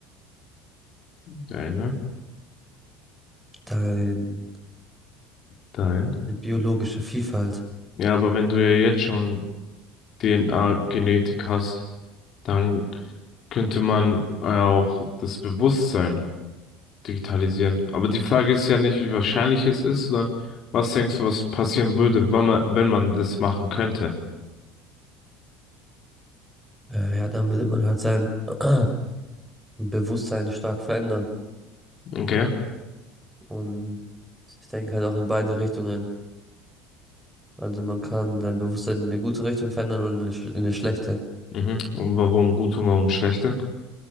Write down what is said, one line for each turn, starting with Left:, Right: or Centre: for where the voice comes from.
Left: Deine,
Centre: dein,
Left: dein.
Centre: deine biologische Vielfalt.
Left: Ja, aber wenn du ja jetzt schon DNA-Genetik hast, dann könnte man auch das Bewusstsein digitalisieren. Aber die Frage ist ja nicht, wie wahrscheinlich es ist, sondern was denkst du, was passieren würde, wenn man, wenn man das machen könnte?
Centre: Äh, ja, dann will man halt sein <clears throat> Bewusstsein stark verändern.
Left: Okay.
Centre: Und ich denke halt auch in beide Richtungen. Also man kann sein Bewusstsein in eine gute Richtung verändern und in eine, sch- in eine schlechte.
Left: Mhm. Und warum gut und warum schlechte?